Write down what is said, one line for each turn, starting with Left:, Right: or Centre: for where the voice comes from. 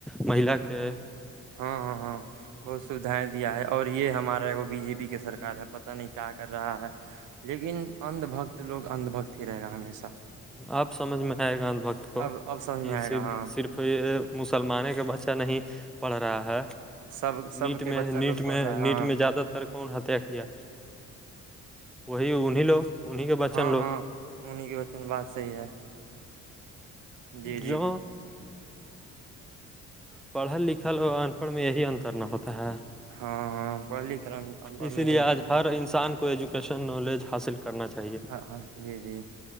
Centre: مہلا کے
Right: ہاں ہاں ہاں بہت سویدھائیں دیا ہے اور یہ ہمارا بی جے پی کے سرار ہے پتا نہیں کیا کر رہا ہے لیکن انھ بھکت لوگ اندھ بھکت ہی رہے گا ہمیشہ
Centre: آپ سمجھ میں آئے گا بھکت کو
Right: اب اب سمجھ
Centre: کہ
Right: میں آئے
Centre: صرف
Right: گا ہاں
Centre: صرف تو یہ مسلمان کا بچہ نہیں پڑھ رہا ہے
Right: سب سب
Centre: نیٹ
Right: کے
Centre: میں
Right: بچہ
Centre: نیٹ
Right: لوگ پڑھ
Centre: میں
Right: رہا ہے
Centre: نیٹ
Right: ہاں
Centre: میں زیادہ تر کون ہتیا کیا وہی انہیں لوگ انیں کے بچن
Right: ہاں
Centre: لوگ
Right: ہاں انہیں کے بچپن بات صحیح ہے جی جی
Centre: جو پڑھل لکھے اور ان پڑھ میں یہی انتر نہ ہوتا ہے
Right: ہاں ہاں پڑلی کرن انڑ
Centre: اسی
Right: میںتا
Centre: لیے آج ہر
Right: ہے
Centre: انسان ایجوکیشن نالج حاصل کر کرنا چاہیے
Right: ہاں ہاں جی جی